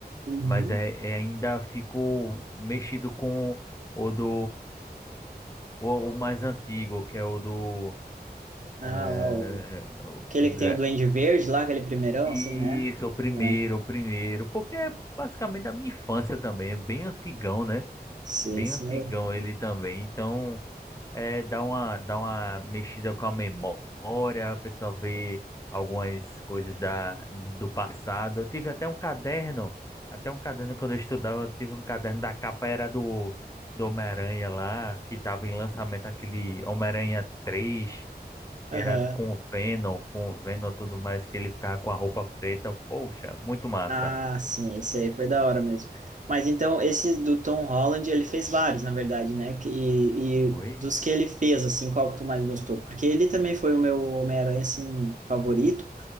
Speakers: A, on the right; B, on the left.
A: Uhum.
B: mas é, é ainda fico mexido com o do o, o mais antigo, que é o do é,
A: Ah, o...
B: o,
A: aquele
B: o ga-
A: que tem o Duende Verde lá, aquele primeirão,
B: isso,
A: assim, né?
B: o primeiro,
A: É.
B: o primeiro, porque é basicamente da minha infância também, é bem antigão, né?
A: Sim,
B: Bem
A: sim.
B: antigão ele também, então É, dá uma, dá uma mexida com a memória, a pessoa vê algumas coisas da, do passado. Eu tive até um caderno, até um caderno quando eu estudava, eu tive um caderno da capa era do, do Homem-Aranha lá, que estava em lançamento aquele Homem-Aranha três que
A: Aham.
B: era do- com o Venom, com o Venom e tudo mais, que ele ficava com a roupa preta. Poxa, muito massa.
A: Ah, sim, esse aí foi da hora mesmo. Mas então, esse do Tom Holland, ele fez vários, na verdade, né? Que- E,
B: Oi?
A: e dos que ele fez, assim, qual que tu mais gostou? Porque ele também foi o meu Homem-Aranha, assim, favorito.